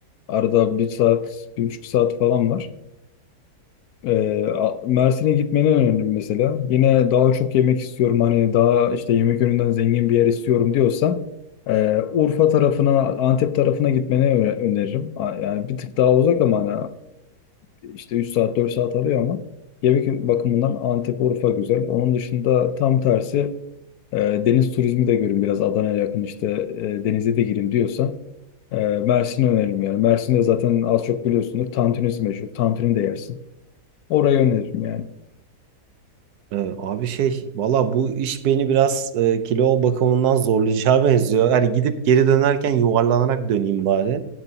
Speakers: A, on the left; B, on the right.
A: Arada bir saat, bir buçuk saat falan var. E, A- Mersin'e gitmeni öneririm mesela. Yine daha çok yemek istiyorum hani daha işte yemek yönünden zengin bir yer istiyorum diyorsan e, Urfa tarafına, Antep tarafına gitmeni öne- öneririm. A- Yani bir tık daha uzak ama hani, e, işte 3 saat 4 saat alıyor ama yemek bakımından Antep, Urfa güzel. Onun dışında tam tersi e, deniz turizmi de görün biraz Adana'ya yakın işte e, denize de girin diyorsa ee, Mersin'i öneririm yani. Mersin'de zaten az çok biliyorsunuz. Tantunisi meşhur. Tantuni de yersin. Orayı öneririm yani.
B: Ee, Abi şey valla bu iş beni biraz e, kilo bakımından zorlayacağı <laughs> benziyor. Hani gidip geri dönerken yuvarlanarak döneyim bari.